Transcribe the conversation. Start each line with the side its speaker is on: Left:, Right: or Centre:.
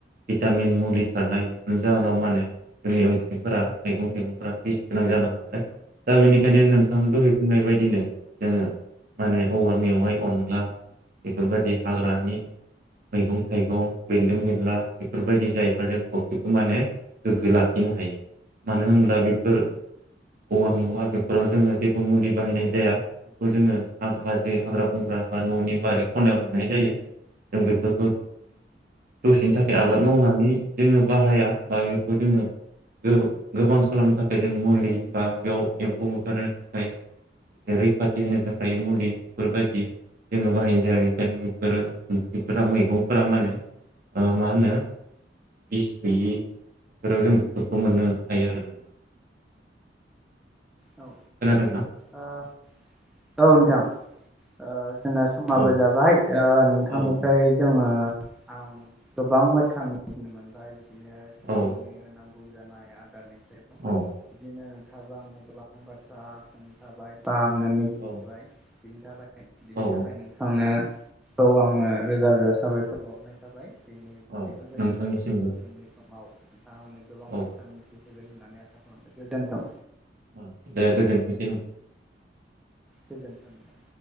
Right: भिटामिन मुलि सारनाय बेफोरनि जाहोनाव माने जोंनि ओंख्रिफोरा मैगं थाइगंफोरा बिस गोनां जानो हमबाय दा बेनिखायनो नोंथां दहै बुंनाय बाय दिनो जोङो माने औवा मेवाइ अनला बेफोरबायदि हाग्रानि मैगं थाइगं बेन्दों बेनला बेफोरबायदि जायोबा जों सावस्रिखौ माने गोग्गो लाखिनो हायो। मानो होमब्ला बेफोर औवा मेवा बेफोराव जोङो जेबो मुलि बाहायनाय जाया बेखौ जोङो हा-हाजो हाग्रा बंग्रा बा न'नि बारि खनायाव मोननाय जायो। जों बेफोरखौ दसेनि थाखाय आबाद मावनानै जोङो बाहाया बा बेखौ जोङो गो-गोबां खालामनो था खाय जों मुलि बा बेयाव एम्फौ बुथारनो थाखाय रैखाथि होनो था खाय मुलि बेफोरबायदि जोङो बाहायनाय जाया बेखायनो बेफोरो ओंख्रिफोरा मैगंफोरा माने ओ मा होनो बिस गैयि फोराव जों बेफोरखौ मोननो हायो आरो नोंथां।
Centre: औ
Right: खोनादोंना
Centre: आ औ नोंथां। आ जोंना समाबो
Right: औ
Centre: जाबाय नोंथांनिफ्राय
Right: औ औ
Centre: जोङो आं गोबां बाथ्रा मिथिनो मोनबाय बिदिनो सुबुंनि
Right: औ
Centre: नांगौ जानाय आदारनि सायाव
Right: औ।
Centre: बिदिनो नोंथाङाबो आंनो गोबां बाथ्रा खोन्थाबाय बा आंनो मिथि
Right: औ
Centre: होबाय बिनि थाखाय बिनि
Right: औ
Centre: थाखाय नोंथांनो खौ आङो रोजा रोजा साबायखर बावहरनाय थाबाय। दिनै
Right: औ
Centre: बेफोरबायदिनो
Right: नोंथांनिसिमबो
Centre: उननि फोरनि समाव नोंथाङा आंनो गोबां
Right: औ
Centre: बाथ्रा मिथिहोगोन होननानै आसा खालामदों गोजोन्थों।
Right: अ दे गोजोनथोंसै नोंथां।
Centre: गोजोनथों।